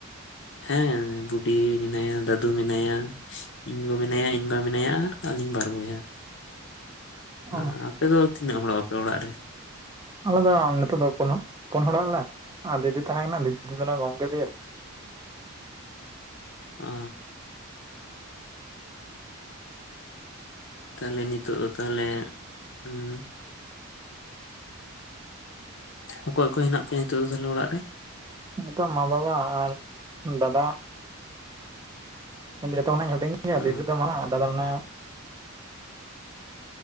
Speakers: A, on the left (about 55°); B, on the right (about 15°).
A: ᱦᱮᱸ ᱵᱩᱰᱤ ᱢᱮᱱᱟᱭᱟ ᱫᱟᱫᱩ ᱢᱮᱱ ᱱᱟᱭᱟ ᱤᱧ ᱜᱚ ᱢᱮᱱᱟᱭᱟ, ᱤᱧ ᱵᱟ ᱢᱮᱱᱟᱭᱟ, ᱟᱹᱞᱤᱧ ᱵᱟᱨ ᱵᱚᱭᱦᱟ᱾ ᱦᱟᱸ
B: ᱚ
A: ᱟᱯᱮ ᱫᱚ ᱛᱤᱱᱟᱹᱜ ᱦᱚᱲᱚᱜ ᱟᱯᱮ ᱚᱲᱟᱜ ᱨᱮ?
B: ᱟᱞᱮ ᱫᱚ ᱱᱤᱛᱚᱜ ᱫᱚ ᱠᱚᱱᱩ ᱯᱩᱱ ᱦᱚᱲᱟᱜ ᱞᱮ᱾ ᱟᱨ ᱫᱤᱫᱤ ᱛᱟᱦᱮᱸ ᱮᱱᱟ ᱫᱤᱫᱤ ᱫᱚᱞᱮ ᱜᱚᱝ ᱠᱮᱫᱮᱭᱟ᱾
A: ᱚ ᱛᱟᱦᱞᱮ ᱱᱤᱛᱳᱜ ᱫᱚ ᱛᱟᱦᱞᱮ ᱩᱸ ᱚᱠᱚᱭ ᱠᱚ ᱦᱮᱱᱟᱜ ᱯᱮᱭᱟ ᱦᱤᱛᱳᱜ ᱫᱚ ᱛᱟᱦᱞᱮ ᱚᱲᱟᱜ ᱨᱮ?
B: ᱱᱤᱛᱚᱜ ᱢᱟ ᱵᱟᱵᱟ ᱟᱨ ᱫᱟᱫᱟ <inaudible> ᱡᱚᱛᱚ ᱠᱷᱚᱱᱟᱹᱧ ᱦᱩᱰᱤᱧ ᱜᱤᱭᱟ
A: ᱚ
B: ᱫᱤᱫᱤ ᱫᱚ ᱢᱟᱨᱟᱝ ᱟᱨ ᱫᱟᱫᱟ ᱢᱮᱱᱟᱭᱟ᱾